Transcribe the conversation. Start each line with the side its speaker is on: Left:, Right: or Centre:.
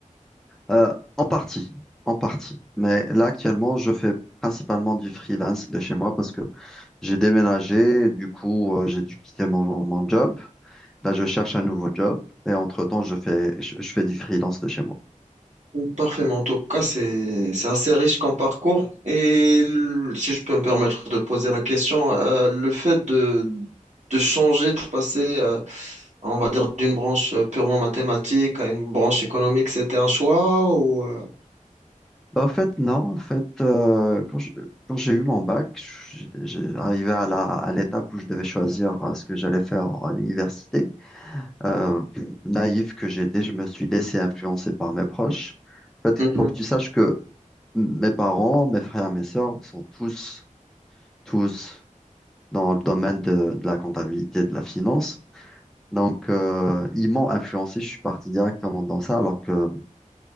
Centre: euh, en partie, en partie. Mais là, actuellement, je fais principalement du freelance de chez moi parce que j'ai déménagé, du coup, euh, j'ai dû quitter mon, mon job. Là, je cherche un nouveau job et entre-temps, je fais, je, je fais du freelance de chez moi.
Right: Parfait. Mais en tout cas, c'est c'est assez riche comme parcours. Et l- si je peux me permettre de poser la question, euh, le fait de, de changer, de passer, euh, on va dire, d'une branche euh, purement mathématique à une branche économique, c'était un choix ou euh,
Centre: Bah, en fait, non, en fait, euh, quand je- quand j'ai eu mon bac, j'ai j'ai arrivé à la, à l'étape où je devais choisir euh, ce que j'allais faire à l'université. Euh, naïf que j'étais, je me suis laissé influencer par mes proches. En fait,
Right: Mhm.
Centre: il faut que tu saches que mes parents, mes frères, mes sœurs sont tous, tous dans le domaine de, de la comptabilité, de la finance. Donc, euh, ils m'ont influencé, je suis parti directement dans ça, alors que